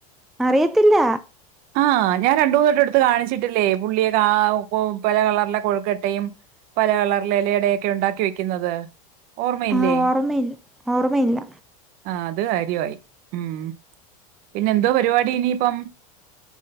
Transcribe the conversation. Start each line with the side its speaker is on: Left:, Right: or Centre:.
Centre: അറിയത്തില്ല
Right: ആഹ് ഞാൻ രണ്ട് മൂന്ന് വട്ടം എട്ത്ത് കാണിച്ചിട്ടില്ലേ പുള്ളിയെ കാ പല കളറിലെ കൊഴക്കട്ടയും പല കളറിലെ ഇലയടയൊക്കെ ഒണ്ടാക്കി വെക്ക്ന്നത് ഓർമ്മയില്ലേ
Centre: ആ ഓർമ്മയില്ല ഓർമ്മയില്ല
Right: ആഹ് അത് കാര്യായി ഉം പിന്നെ എന്തോ പരിപാടി ഇനിയിപ്പം